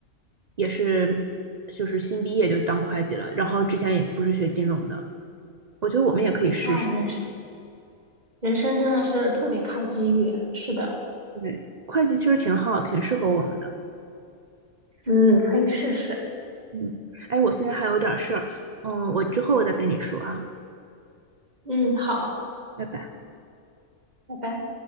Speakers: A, on the right; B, on the right.
A: 也是就是新毕业就当会计了，然后之前也不是学金融的，我觉得我们也可以试试，
B: 啊，人生人生真的是特别靠机遇。是的，
A: 对，会计其实挺好，挺适合我们的。
B: 嗯，可以试试。
A: 嗯，哎，我现在还有点事儿，嗯，我之后我再跟你说啊，
B: 嗯，好，
A: 拜拜。
B: 拜拜。